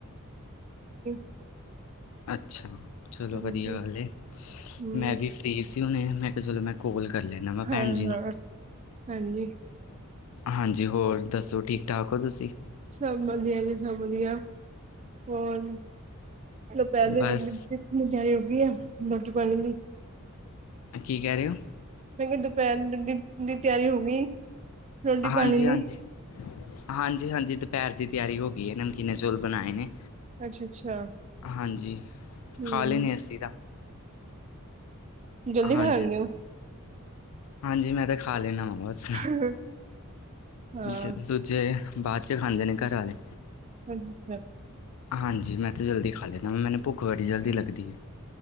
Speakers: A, on the right; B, on the left.
A: <unintelligible>
B: ਅੱਛਾ, ਚਲੋ
A: ਹਾਂਜੀ
B: ਵਧੀਆ ਗੱਲ ਏ
A: ਹਮ
B: ਮੈਂ ਵੀ ਫਰੀ ਸੀ ਹੁਣੇ, ਮੈਂ ਤੇ, ਚਲੋ ਮੈਂ ਕੌਲ ਕਰ ਲੈਂਨਾ ਵਾ
A: ਹਾਂ
B: ਭੈੰਜੀ ਨੂੰ।
A: ਹਾਂ ਹਾਂਜੀ
B: ਹਾਂਜੀ, ਹੋਰ ਦੱਸੋ, ਠੀਕ -ਠਾਕ ਹੋ ਤੁਸੀਂ?
A: ਸਬ ਵਧੀਆ ਜੀ- ਸਬ ਵਧੀਆ ਹੋਰ? ਪੈਲੇ
B: ਬਸ
A: ਦਿਨ ਦੀ ਤੇਆਰੀ ਹੋਗੀ ਆ, ਰੋਟੀ -ਪਾਣੀ ਦੀ।
B: ਕੀ ਕੇਹ ਰੇ ਓ?
A: ਮੈਂ ਕੇਹਾ ਦੁਪੈਰ ਰੋ ਦੀ ਤਿਆਰੀ ਹੋ ਗਈ, ਰੋਟੀ-
B: ਹਾਂਜੀ
A: ਪਾਣੀ ਦੀ?
B: ਹਾਂਜੀ ਹਾਂਜੀ- ਹਾਂਜੀ ਦੁਪੈਰ ਦੀ ਤੇਆਰੀ ਹੋ ਗਈ ਐ ਨਮਕੀਨ ਚੌਲ ਬਣਾਏ ਨੇ।
A: ਅੱਛਾ ਅੱਛਾ
B: ਹਾਂਜੀ,
A: ਹਮ
B: ਖਾ ਲੈੰਨੇ ਅਸੀਂ ਤਾਂ।
A: ਜਲਦੀ
B: ਹਾਂਜੀ,
A: ਖਾ ਲੈਂਦੇ ਹੋ
B: ਹਾਂਜੀ ਮੈਂ ਤਾਂ ਖਾ ਲੈਂਨਾ ਵਾ ਬਸ।
A: <unintelligible> ਹਾਂ
B: ਜ, ਦੂਜੇ ਬਾਦ 'ਚ ਖਾਂਦੇ ਨੇ, ਘਰ ਆਲੇ।
A: ਅੱਛਾ
B: ਹਾਂਜੀ, ਮੈਂ ਤੇ ਜਲਦੀ ਖਾ ਲੈਂਨਾ, ਮੈਨੂੰ ਭੁੱਖ ਬੜੀ ਜਲਦੀ ਲੱਗਦੀ ਐ।